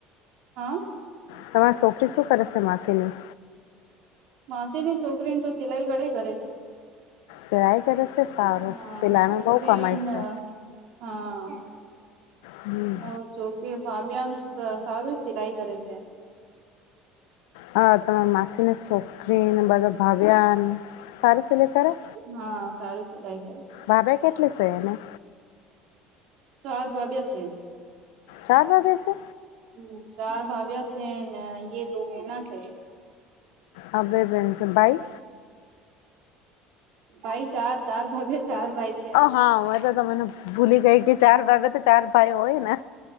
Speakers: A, on the right; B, on the left.
A: હા
B: તમારે છોકરી શું કરે છે, માસીની.
A: માછી ની છોકરીને તો સિલાઈ ઘણી કરે છે.
B: સિલાઈ કરે છે સારું
A: હા
B: સિલાઈમાં
A: છોકરીને
B: બહુ કમાય છે.
A: હા.
B: હમ
A: ઓ જો કે ભબ્યા. સારું સિલાઈ કરે છે.
B: હ તમારા માસીને છોકરીને બધા ભાવ્યા. સારું સિલ કરે
A: હા સારું સિલાઈ કરે છે
B: ભાભાઈ કેટલી સે એને.
A: ચાર ભાભી છે
B: ચાર ભાભ્યા છે
A: હા ચાર ભાભી છે ને એક મહિના છે.
B: આપડે બેન છ ભાઈ?
A: ભાઈ ચાર ચાર ભાગે ચાર ભાઈ છે
B: હા હમે તો તને ભૂલી ગઈ કે ચાર ભાભે તો ચાર ભાઈ હોય ને.